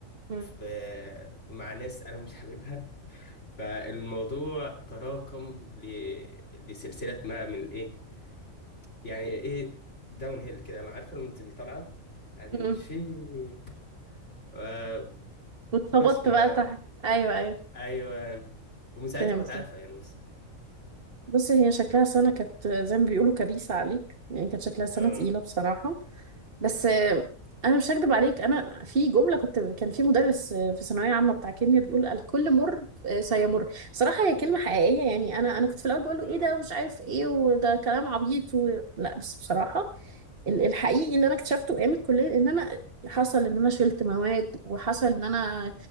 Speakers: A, on the right (about 45°); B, on the left (about 60°).
A: مم.
B: في مع ناس انا مش حاببها فالموضوع تراكم ل... لسلسله ما من ايه يعني ايه داون هيل كده انا عارفه لما تبقي طالعه بعدين
A: مم.
B: تشي آه
A: واتخبطت
B: بس ما
A: بقى تحت ايوه ايوه
B: ايوه ومن ساعتها
A: فهمتك
B: بتعافى يعني بس
A: بصي هي شكلها سنة كانت زي ما بيقولوا كبيسة عليك يعني كانت شكلها سنة
B: اه
A: تقيلة بصراحة بس آه، انا مش هكدب عليك انا في جمله كنت كان في مدرس آه، في ثانويه عامه بتاع كيمياء بيقول الكل مر آه، سيمر بصراحه هي كلمه حقيقيه يعني انا انا كنت في الاول بقول له
B: اه
A: ايه ده مش عارف ايه وده كلام عبيط و... لا بس بصراحه ال- الحقيقي اللي انا اكتشفته ايام الكليه ان انا حصل ان انا شلت مواد وحصل ان انا